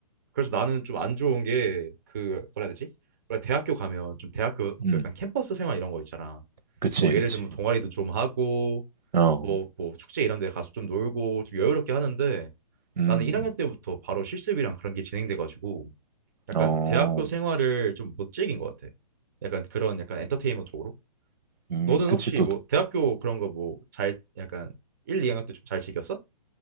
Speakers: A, on the right; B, on the right.
A: 그래서 나는 좀 안 좋은 게 그 뭐라 해야 되지? 원래 대학교 가면 좀 대학교
B: 음,
A: 약간 캠퍼스 생활 이런 거 있잖아.
B: 그치,
A: 뭐 예를
B: 그치.
A: 들면 동아리도 좀 하고
B: 어,
A: 뭐, 뭐 축제 이런 데 가서 좀 놀고 좀 여유롭게 하는데
B: 음,
A: 나는 1학년 때부터 바로 실습이랑 그런 게 진행돼가지고 약간
B: 어,
A: 대학교 생활을 좀 못 즐긴 것 같아. 약간 그런 약간 엔터테인먼트 쪽으로.
B: 음,
A: 너는
B: 그치.
A: 혹시
B: 또,
A: 뭐 대학교 그런 거 뭐 잘 약간 1, 2학년 때 좀 잘 즐겼어?